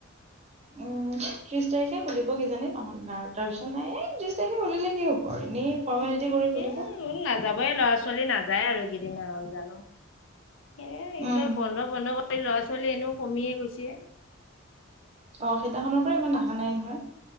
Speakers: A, on the right; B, on the left.
A: উম, ত্ৰিছ তাৰিখে খুলিব কিজানি নহন না আৰু তাৰপিছত নাই এই ত্ৰিছ তাৰিখে খুলিলে কি হ'ব আৰু এনেই ফৰ্মেলিটি কৰি খুলিব
B: সেই আৰু নাযাবয়ে ল'ৰা-ছোৱালী নাযায় আৰু এই দিনা আৰু জানো সেয়াই এইবিলাক
A: উম
B: বন্ধ-বন্ধ কৰি লৰা- ছোৱা লী এনেও কমিয়ে গৈছে।
A: অ সেইদিনাখনৰ পৰা ইমান অহা নাই নহয়